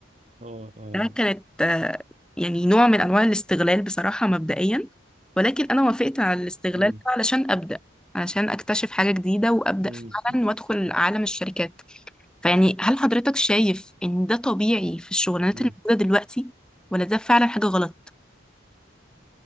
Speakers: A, on the right; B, in the centre.
A: آه آه.
B: ده كانت آه، يعني نوع من أنواع الاستغلال بصراحة مبدئيا ولكن أنا وافقت على الاستغلال
A: مم،
B: ده علشان أبدأ علشان أكتشف حاجة جديدة وأبدأ
A: مم،
B: فعلا وأدخل عالم الشركات فيعني هل حضرتك شايف ان ده طبيعي في الشغلانات
A: مم.
B: اللي موجودة دلوقتي ولا ده فعلا حاجة غلط